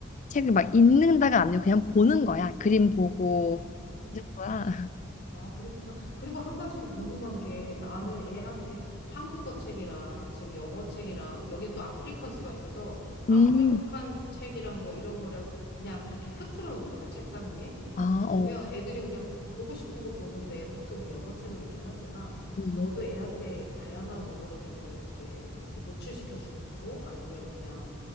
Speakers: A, on the left; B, on the left.
A: 책을 막 읽는다가 아니고 그냥 보는 거야. 그림 보고
B: 아.
A: 이 정도야.
B: 아, 그렇구나. 그리고 한 가지 더 궁금한 게 나는
A: <laughs>
B: 애한테 한국어 책이랑 지금 영어 책이랑 여긴 또 아프리칸스가 있어서 아프리칸
A: 음,
B: 책이랑 뭐 이런 거를 그냥 이렇게 흐트러 놓거든, 책상 위에.
A: 아,
B: 그러면
A: 어.
B: 애들이 그냥 보- 보고 싶은 거 보는데 보통 영어 책을 읽긴 하지만
A: 음.
B: 너도 애한테 다양한 언어로 된거 이렇게 이렇게 노출시켜 주, 줘? 아니면 그냥